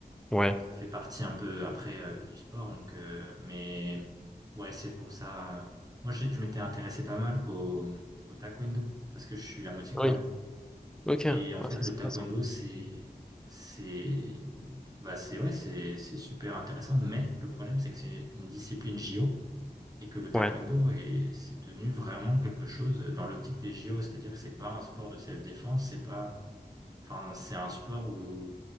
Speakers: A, in the centre; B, on the right.
A: Ouais.
B: Donc ça fait partie un peu après euh, du sport. Donc, euh, mais ouais, c'est pour ça. euh, Moi, j'ai- je m'étais intéressé pas mal au, au taekwondo, parce que je suis à moitié
A: Oui.
B: coréen.
A: Ok. Ouais,
B: Et en fait,
A: ça,
B: le
A: c'est sympa,
B: taekwondo,
A: ça.
B: c'est, c'est, bah, c'est, ouais, c'est, c'est super intéressant. Mais le problème, c'est que c'est une discipline JO et que le taekwondo
A: Ouais.
B: est, c'est devenu vraiment quelque chose dans l'optique des JO. C'est-à-dire que c'est pas un sport de self-défense, c'est pas, enfin, c'est un sport où,